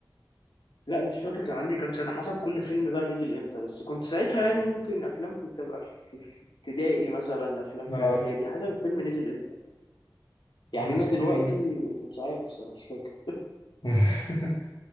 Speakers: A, on the left; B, on the left.
A: لا مش فاكر كان عندي كام سنة حسب كل فيلم بقى نزل امتى بس كنت ساعتها يعني ممكن افلام كنت ابقى في في ابتدائي مثلا افلام في
B: اه
A: اعدادي حسب الفيلم نزل امتى يعني يعني
B: احمد
A: انا دلوقتي
B: حلمي
A: مش عارف الصراحة مش فاكر
B: <laughs>